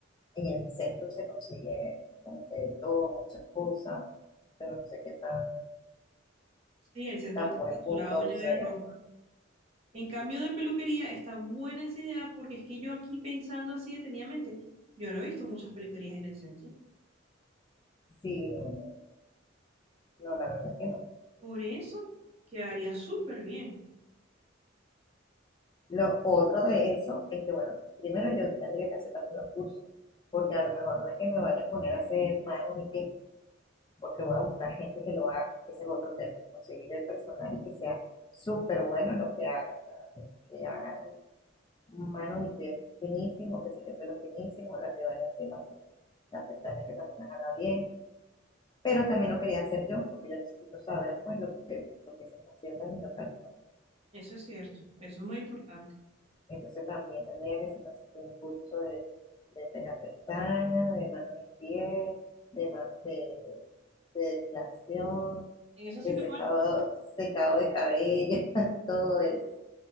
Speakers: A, on the left; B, on the right.
A: en el centro se consigue como que de todo, muchas cosas, yo no sé qué tan
B: Sí, el centro
A: tan
B: está
A: buen
B: saturado
A: punto
B: ya
A: sea.
B: de ropa. En cambio de peluquería, está buena esa idea porque es que yo aquí pensando así detenidamente, yo no he visto muchas peluquerías en el centro.
A: Sí, no, no, no, la verdad que no.
B: Por eso quedaría súper bien.
A: Lo otro de eso es que, bueno, primero yo tendría que hacer también los cursos, porque a lo mejor no es que me vaya a poner a hacer manos y pies, porque voy a buscar gente que lo haga, que ese es otro tema, conseguir el personal y que sea súper bueno en lo que haga, o sea, que, que hagan manos y pies finísimo, que se te pelo finísimo, la que vaya a hacer las, las pestañas que también las haga bien, pero también lo quería hacer yo, porque yo necesito saber pues lo que, lo que se está haciendo en mi local
B: Eso es cierto, eso es muy importante.
A: Entonces también tendría que hacer un curso de, de pega pestañas, de manos y pies, de, de, de depilación,
B: En eso sí
A: de
B: te
A: secado,
B: puedo ayudar.
A: secado de cabello, <laughs> todo eso.